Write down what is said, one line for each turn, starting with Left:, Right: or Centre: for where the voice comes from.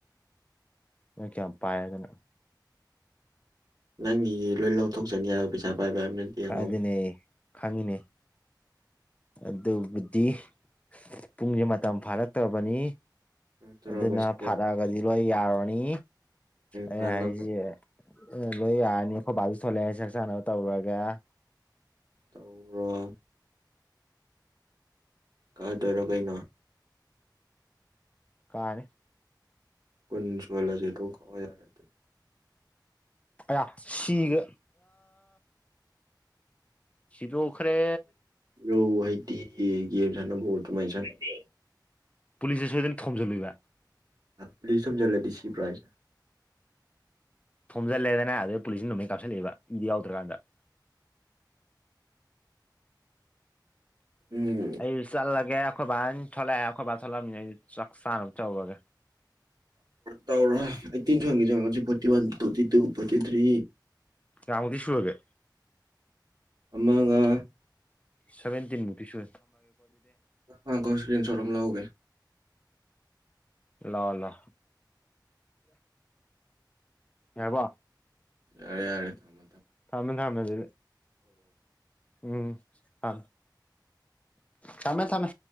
Left: ꯅꯣꯏ ꯀꯌꯥꯝ ꯄꯥꯏꯗꯅ
Right: ꯅꯪꯒꯤ ꯂꯣꯏ ꯂꯧꯊꯣꯛꯆꯒꯦ ꯍꯥꯏꯕ ꯄꯩꯁꯥ ꯄꯥꯏꯕ ꯍꯥꯏꯕ ꯅꯠꯇꯦ
Left: ꯀꯥꯏꯗꯅꯦ
Right: ꯑꯉꯥꯎꯕ
Left: ꯈꯪꯉꯤꯅꯦ ꯑꯗꯨꯕꯨꯗꯤ ꯄꯨꯡꯁꯦ ꯃꯇꯝ ꯐꯥꯔꯛꯇ꯭ꯔꯕꯅꯤ
Right: ꯇꯧꯔꯒ
Left: ꯑꯗꯨꯅ
Right: ꯁꯤꯗ
Left: ꯐꯔꯛꯑꯒꯗꯤ ꯂꯣꯏ ꯌꯥꯔꯅꯤ ꯑꯦ
Right: ꯉꯥꯡꯉꯛꯄ
Left: ꯍꯥꯏꯁꯤ ꯂꯣꯏ ꯌꯥꯅꯤ ꯕꯤꯤꯁ ꯁꯣꯂꯦ ꯆꯛ ꯆꯥꯅꯕ ꯇꯧꯔꯒ
Right: ꯇꯧꯔꯣ ꯀꯥꯗꯣꯏꯔꯣ ꯀꯩꯅꯣ
Left: ꯀꯥꯔꯦ
Right: ꯀꯟꯁ ꯋꯥꯂꯁꯤꯦ ꯇꯧ ꯀꯋꯥ ꯌꯥꯔꯦ
Left: ꯑ ꯁꯤꯒ ꯁꯤꯗꯨ ꯎꯈꯔꯦ
Right: ꯔꯧ ꯍꯩꯇꯤ ꯌꯦꯦꯝ ꯁꯥꯟꯅꯕꯣ ꯑꯗꯨꯃꯥꯏꯅ ꯁꯥꯟꯅꯕ
Left: ꯄꯨꯂꯤꯁꯁꯦ ꯁꯣꯏꯗꯅ ꯊꯣꯝꯖꯤꯜꯂꯣꯏꯕ
Right: ꯄꯨ ꯊꯖꯂꯗꯤꯁꯤ ꯄ꯭ꯔꯥꯏꯁꯦ
Left: ꯊꯣꯝꯖꯤꯜꯂꯦꯗꯅ ꯑꯗꯨꯩ ꯄꯨꯂꯤꯁꯅ ꯅꯣꯡꯃꯩ ꯀꯥꯞꯁꯤꯜꯂꯛꯏꯦꯕ ꯃꯤꯗꯤ ꯌꯥꯎꯗ꯭ꯔꯀꯥꯟꯗ <unintelligible>
Right: ꯎꯝ
Left: ꯑꯩ ꯆꯠꯂꯒꯦ ꯑꯩꯈꯣꯏ ꯕꯥ ꯊꯣꯛꯂꯛꯑꯦ ꯑꯩꯈꯣꯏ ꯕꯥ ꯊꯣꯛꯂꯛꯑꯅꯤ ꯑꯩ ꯆꯥꯛ ꯆꯥꯅꯕ ꯇꯧꯔꯒꯦ
Right: ꯇꯔ ꯑꯩꯠꯇꯤꯟꯁꯨ ꯍꯪꯉ ꯆꯪꯉꯛꯁꯤ forty one forty two forty three
Left: ꯆꯥꯎꯃꯗꯤ ꯁꯨꯔꯒꯦ
Right: ꯃꯉꯥ
Left: ꯁꯚꯦꯟꯇꯤꯟ ꯃꯨꯇꯁꯨ
Right: ꯍ ꯀꯣ ꯏꯁꯀꯔꯤꯟ ꯁꯣꯔꯨꯝꯝ ꯂꯧꯎꯒꯦ
Left: ꯂ ꯂ ꯑꯦꯕ
Right: ꯌꯥꯔꯦ ꯌꯥꯔꯦ ꯊꯝꯃ
Left: ꯊꯝꯃꯦ ꯊꯃꯦ ꯑꯗꯨ ꯎꯝ ꯊ ꯆꯃꯦ ꯊꯃꯦ